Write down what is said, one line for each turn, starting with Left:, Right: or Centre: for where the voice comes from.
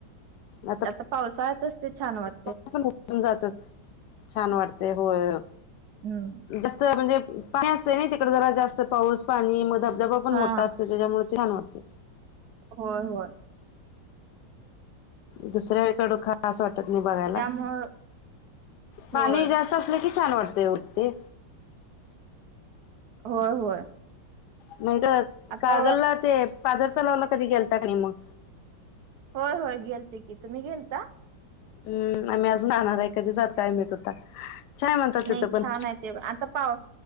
Left: आता,
Right: आता पावसाळ्यातच ते छान वाट
Left: तसं पण उभारून जात्यात, छान वाटते होय.
Right: हम्म
Left: जास्त म्हणजे पाणी असतं नी, तिकडं जरा जास्त पाऊस पाणी मग धब धबधबा पण
Right: हा
Left: मोठा असतो, तेच्यामुळे ते छान वाटतं.
Right: होय होय.
Left: दुसऱ्या वेळी ऐवढं खास वाटत नाही, बघायला
Right: त्यामुळं होय
Left: पाणी जास्तं. असलं की छान वाटतं ओ ते.
Right: होय होय.
Left: नाही कळत
Right: आता
Left: कागल ला ते, पाजर तलावला कधी गेलता का नाही मग.
Right: होय होय गेलतो, की तुम्ही गेलता.
Left: हम्म आम्ही अजून आणणार आहे, कधी जातो काय माहित आता. छान म्हणतात तिथं
Right: नाही
Left: पण
Right: छान आहे ते आता पाव,